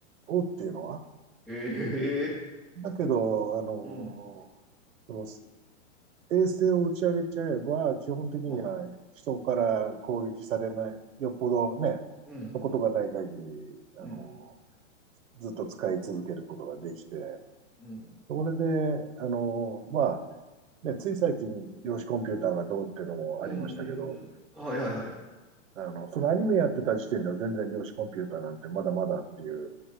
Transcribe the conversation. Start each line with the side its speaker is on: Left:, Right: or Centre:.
Right: をっていうのは。
Centre: ええ
Right: だけど、あの、
Centre: ーうん。
Right: その衛星を打ち上げちゃえば、基本的には人から攻撃されない、
Centre: あ、
Right: よっぽどね、
Centre: うん、
Right: のことがない限り、あの、
Centre: うん、
Right: ずっと使い続けることができて、
Centre: うん、
Right: それで、あの、まあ、ね、つい最近、量子コンピューターがどうっていうのもありましたけど、
Centre: うん、うん、うん。はいはいはい。
Right: あの、そのアニメやってた時点では全然量子コンピューターなんてまだまだっていう